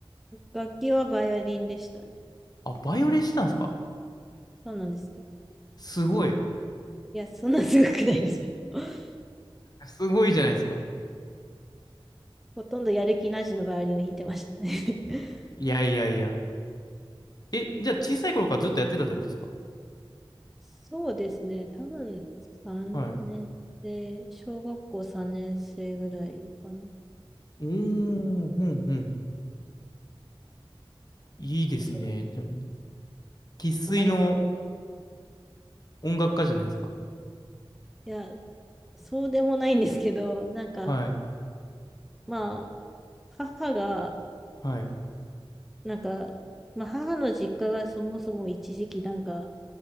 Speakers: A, in the centre; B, on the left.
A: 楽器はバイオリンでしたね。
B: あ、バイオリンしてたんですか
A: そうなんですよ。
B: すごい。
A: いや、そんなすごくないですよ。<laughs>
B: すごいじゃないですか。
A: ほとんどやる気なしのバイオリンを弾いてましたね。<laughs>
B: いやいやいや。え、じゃあ小さい頃からずっとやってたってことですか
A: そうですね。多分3年生、
B: はい。う
A: 小学校3年生ぐらいかな。
B: ーん、うん、うん。いいですね。
A: おそらく
B: じゃあもう、生粋の
A: あまり覚えてな
B: 音楽家じゃないですか。
A: い。いや、そうでもないんですけど、なんか、
B: はい、
A: まあ、母が、
B: はい、
A: なんか、まあ、母の実家がそもそも一時期なんか、